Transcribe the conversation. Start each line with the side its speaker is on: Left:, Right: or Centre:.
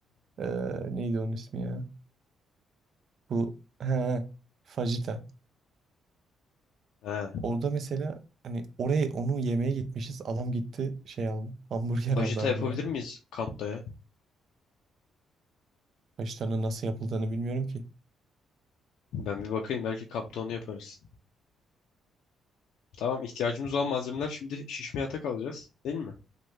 Right: Eee, neydi onun ismi ya? Bu he, fajita.
Left: He.
Right: Orada mesela hani oraya onu yemeye gitmişiz. Adam gitti şey aldı. Hamburger
Left: Fajita
Right: aldı abi
Left: yapabilir
Right: ya.
Left: miyiz kampta ya?
Right: Haşlarının nasıl yapıldığını bilmiyorum ki.
Left: Ben bir bakayım. Belki kampta onu yaparız. Tamam ihtiyacımız olan malzemeler şimdi şişme yatak alacağız. Değil mi?